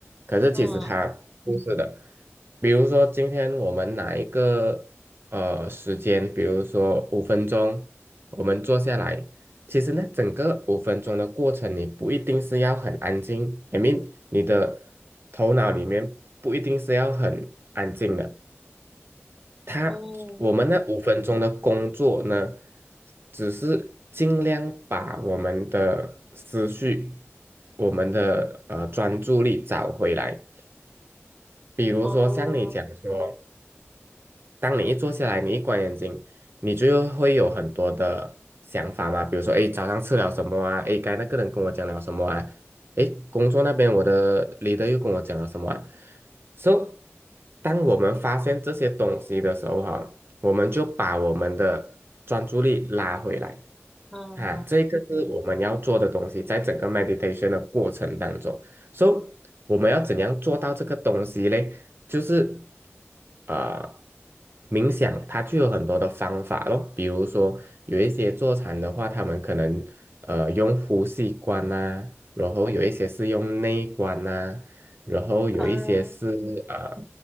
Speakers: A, on the right (about 50°); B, in the centre.
A: 可是其实它不是的，
B: 嗯，
A: 比如说今天我们拿一个呃时间，比如说五分钟，我们坐下来。其实呢，整个五分钟的过程，你不一定是要很安静，I mean，你的头脑里面不一定是要很安静的。它，
B: 嗯，
A: 我们那五分钟的工作呢，只是尽量把我们的思绪、我们的呃专注力找回来。比如说像你讲说，
B: 哦，
A: 当你一坐下来，你一关眼睛，你就会有很多的想法嘛，比如说，哎，早上吃了什么啊？哎，刚才那个人跟我讲了什么啊？哎，工作那边我的 leader 又跟我讲了什么啊？So，当我们发现这些东西的时候，哈，我们就把我们的专注力拉回来。
B: 嗯，
A: 啊，这个是我们要做的东西，在整个 meditation 的过程当中，so 我们要怎样做到这个东西呢？就是啊，冥想它就有很多的方法喽，比如说有一些坐禅的话，他们可能呃用呼吸观啊，然后有一些是用内观啊，然后有一些是啊。
B: 嗯，